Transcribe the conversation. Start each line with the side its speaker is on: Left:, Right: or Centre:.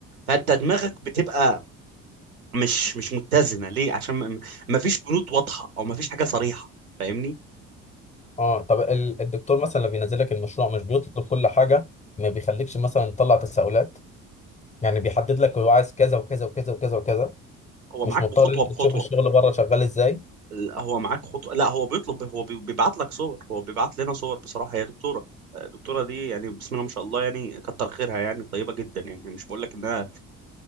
Right: فانت دماغك بتبقى مش مش متزنه ليه عشان ما ما فيش بنود واضحه او ما فيش حاجه صريحه فاهمني
Left: اه طب ال- الدكتور مثلا لما بينزل لك المشروع مش بيطلب كل حاجه ما بيخليكش مثلا تطلع تساؤلات يعني بيحدد لك هو عايز كذا وكذا وكذا وكذا وكذا
Right: هو
Left: مش
Right: معاك
Left: مضطر
Right: بخطوه
Left: انت
Right: بخطوه
Left: تشوف الشغل بره شغال ازاي
Right: لا هو معاك خطوة لا هو بيطلب هو بي- بيبعت لك صور هو بيبعت لنا صور بصراحة هي دكتورة الدكتورة دي يعني بسم الله ما شاء الله يعني كتر خيرها يعني طيبة جدا يعني مش بقول لك انها